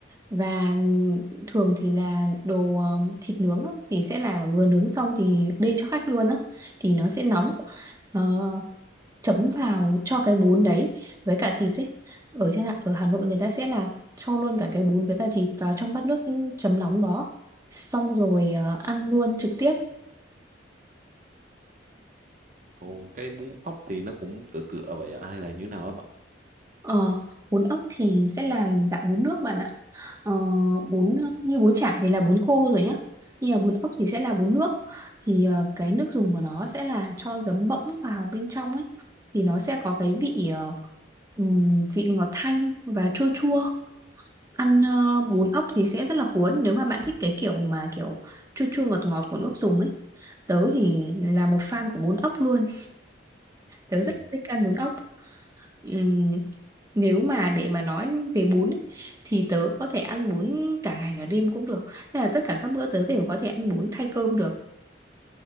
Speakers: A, on the right; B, on the right.
A: và thường thì là đồ ờ, thịt nướng á, thì sẽ là vừa nướng xong thì bê cho khách luôn á thì nó sẽ nóng Ờ, chấm vào cho cái bún đấy với cả thịt ấy ở trên Hà- ở Hà Nội người ta sẽ là cho luôn cả cái bún với cả thịt vào trong bát nước chấm nóng đó xong rồi ờ, ăn luôn trực tiếp
B: còn cái bún ốc thì nó cũng tựa tựa vậy à hay là như nào á bạn
A: Ờ, bún ốc thì sẽ là dạng bún nước bạn ạ. Ờ, bún
B: ừ,
A: như bún chả thì là bún khô rồi nhá. Nhưng mà bún ốc thì sẽ là bún nước. Thì ờ, cái nước dùng của nó sẽ là cho giấm bỗng vào bên trong ấy. Thì nó sẽ có cái vị ờ, ừm, vị ngọt thanh và chua chua. Ăn ờ, bún
B: ừ,
A: ốc thì sẽ rất là cuốn nếu mà bạn thích cái kiểu mà kiểu chua chua ngọt ngọt của nước dùng ấy. Tớ thì là một fan của bún ốc luôn. Tớ
B: ừ.
A: rất thích ăn bún ốc. Ừm, nếu mà để mà nói về bún ấy, thì tớ có thể ăn bún cả ngày cả đêm cũng được Tức là tất cả các bữa tớ đều có thể ăn bún thay cơm được